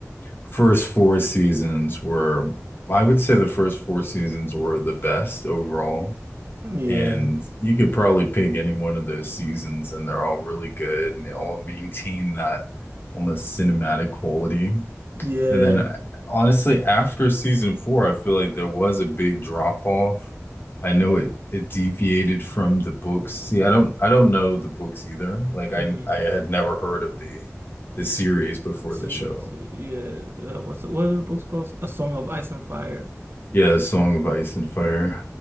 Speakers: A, on the left (about 40°); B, on the right (about 45°).
A: first four seasons were, I would say the first four seasons were the best overall.
B: Yeah.
A: And you could probably pick any one of those seasons, and they're all really good, and they all maintain that almost cinematic quality.
B: Yeah.
A: And then honestly, after season four, I feel like there was a big drop off. I know it it deviated from the books. See, I don't I don't know the books either. Like
B: Mm,
A: I I had never heard of the the series before
B: series,
A: the show.
B: yeah. Uh, what's the, what are the books called? A Song of Ice and Fire.
A: Yeah, Song of Ice and Fire.